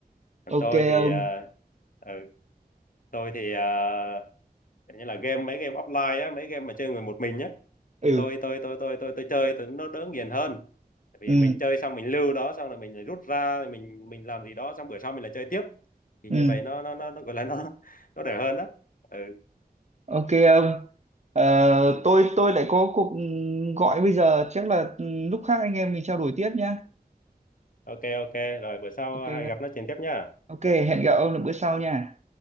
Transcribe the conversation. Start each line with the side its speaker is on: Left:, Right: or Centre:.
Left: còn
Right: ok
Left: tôi thì
Right: ông
Left: ờ, ừ, tôi thì ờ, kiểu như là game mấy game offline á mấy game mà chơi người một mình nhá
Right: ừ
Left: thì tôi tôi tôi tôi tôi tôi chơi tôi nó đỡ nghiền hơn vì
Right: ừ
Left: mình chơi xong mình lưu đó xong rồi mình lại rút ra rồi mình mình làm gì đó xong bữa sau mình lại chơi tiếp thì
Right: ừ
Left: như vậy nó nó nó, nó gọi là nó <laughs> nó đỡ hơn đó ừ,
Right: ok ông Ờ,
Left: ừ.
Right: tôi tôi lại có cuộc gọi bây giờ chắc là lúc khác anh em mình trao đổi tiếp nhá
Left: ok ok rồi bữa sau
Right: ok
Left: hãy gặp nói chuyện tiếp nhá
Right: ok hẹn gặp ông là bữa sau nha